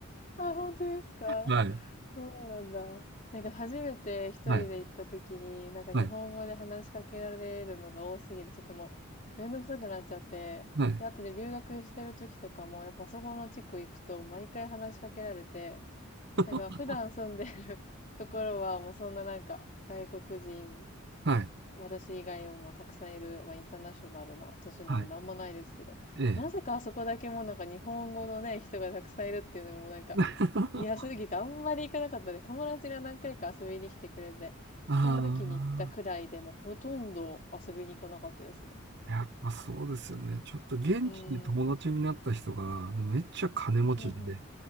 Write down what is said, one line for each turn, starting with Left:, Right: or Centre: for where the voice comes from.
Left: あ、本当ですか
Right: はい。
Left: そうなんだ。なんか初めて一人で行った時に、
Right: はい。
Left: なんか日本語で話しかけられるのが多すぎて、
Right: はい。
Left: ちょっともうめんどくさくなっちゃって、
Right: はい。
Left: で、あとで留学してる時とかも、やっぱそこの地区行くと毎回話しかけられて、
Right: <laughs>
Left: なんか普段住んでる <laughs> ところはもうそんななんか外国人
Right: はい。
Left: 私以外もたくさんいる、まあ、インターナショナルな都市なのであんまないですけど、
Right: はい。ええ。
Left: なぜかあそこだけもうなんか日本語のね、人がたくさんいるっていうのがもうなんか
Right: <laughs>
Left: 嫌すぎてあんまり行かなかったです。友達が何回か遊びに来てくれて、
Right: ああ。
Left: その時に行ったくらいでもうほとんど遊びに行かなかったですね。
Right: やっぱそうですよね。ちょっと現地で友達になった人が、
Left: うーん。
Right: あのめっちゃ金持ちで、
Left: うんう